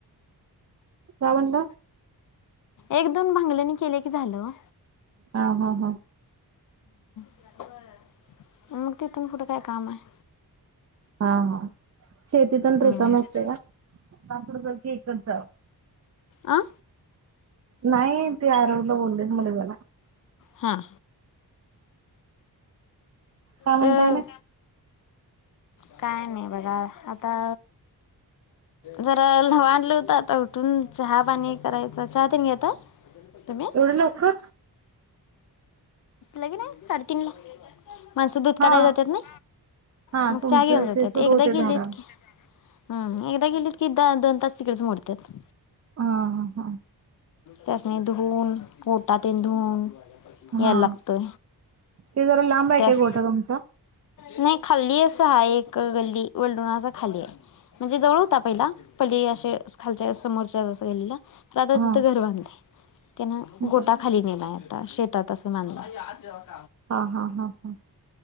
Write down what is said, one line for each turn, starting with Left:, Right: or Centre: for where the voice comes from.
Right: काय म्हणला
Left: एक दोन भांगल्यानी केले की झालं
Right: हा हा हा
Left: उख ते इ तून कुठं कय काम आहे
Right: हा हा शेतीत रिकम
Left: अं
Right: असते का आपपड इकडचा
Left: आं
Right: नाही ते आरगला बोललेत मला जला
Left: हां
Right: काय म्हणताय
Left: तर
Right: ना
Left: काय नाही बघा आता जरावांलं होत तर उठून चहा पाणी करायचं चहा ते यता तुम्ही
Right: एवढे लवकर
Left: लगीन आहे साडेतीनला माणसं दूध काढाय
Right: हा
Left: जातात ना
Right: हा
Left: मग
Right: तुमचं
Left: चहा घेऊन जातात
Right: ते सुरू
Left: एकदा
Right: होते
Left: गेलीत
Right: धारा
Left: की हम् एकदा गेलीत की द दोन तास तिकडेच मोडतात
Right: ह हा हा
Left: तर आणि धुवन गोटा धुवून
Right: हा
Left: या लग त
Right: ते जरा लांब आहे
Left: तेस
Right: काय गोठा तुमचा
Left: नाही खाल्ली असं आहेा एक गल्ली वल्डोणाचा खाल्ली आहे म्हणजे जवळ होता पहिला पली असे खालच्या समोरच्या जस गल्लीला राधा
Right: हा
Left: तिथं घर बांधलेय त्यांना
Right: हा
Left: गोटा खाली नेला आहेत आता शेतात असं मानला <inaudible>
Right: हा हा हा हा.